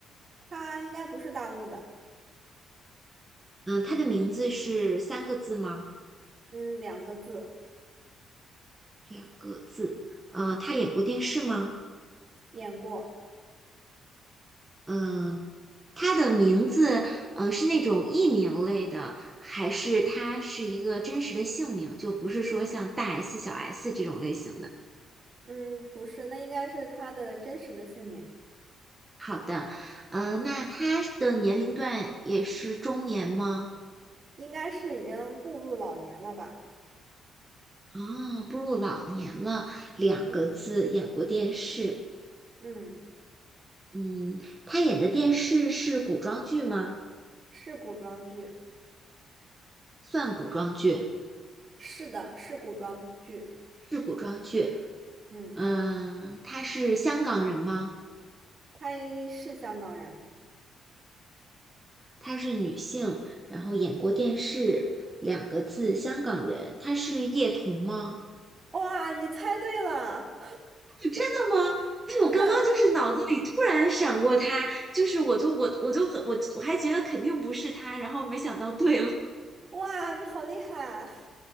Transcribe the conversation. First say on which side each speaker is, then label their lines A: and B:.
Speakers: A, on the right; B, on the right.
A: 他应该不是大陆的，
B: 嗯、她的名字是三个字吗？
A: 嗯，两个字，
B: 两个字。呃，她演过电视吗？
A: 演过，
B: 嗯、她的名字，呃，是那种艺名类的，还是她是一个真实的姓名？就不是说像大 S、小 S 这种类型的。
A: 嗯，不是，那应该是他的真实的姓名，
B: 好的，呃，那她的年龄段也是中年吗？
A: 应该是已经步入老年了吧？
B: 哦，步入老年了，两个字，
A: 嗯
B: 演过电视。
A: 嗯，
B: 嗯，他演的电视是古装剧吗？
A: 是古装剧，
B: 算古装剧，
A: 是的，是古装剧，
B: 是古装剧。
A: 嗯，
B: 嗯，她是香港人吗？
A: 他是香港人，
B: 她是女性，然后演过电视，两个字，香港人。她是叶童吗？
A: 哇，你猜对了，
B: 真的吗？哎，
A: 真的，
B: 我刚刚就是脑子里突然闪过她，就是我就我我就很我我还觉得肯定不是她，然后没想到对了。
A: 哇，你好厉害，